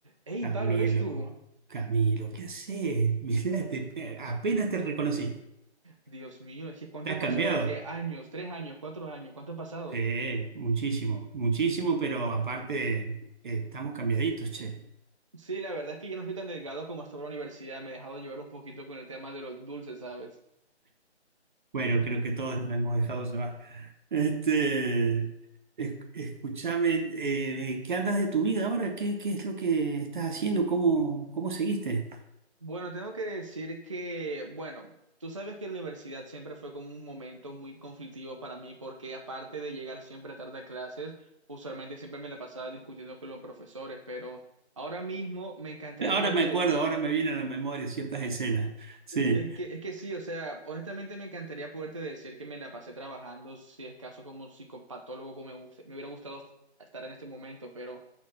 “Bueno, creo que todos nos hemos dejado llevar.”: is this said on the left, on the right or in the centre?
Right